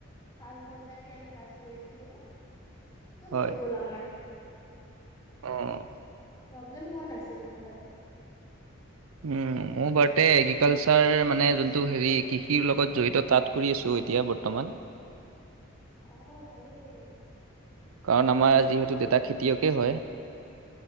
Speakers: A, on the left (about 20°); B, on the right (about 85°).
A: পাঁচ ঘন্টাকে আমি ক্লাছ কৰিছিলোটো
B: হয়
A: হৈ গ'ল আমাৰ।
B: অ'।
A: প্ৰব্লেম হোৱা নাছিল আমাৰ তাতে।
B: উম, মোৰ বাৰতে এগ্ৰিকালচাৰ মানে যোনটো হেৰি কৃষিৰ লগত জড়িত তাত কৰি আছোঁ এতিয়া বৰ্তমান।
A: অহ, ভালেই।
B: কাৰণ আমাৰ যিহেতু দেউতা খেতিয়কেই হয়।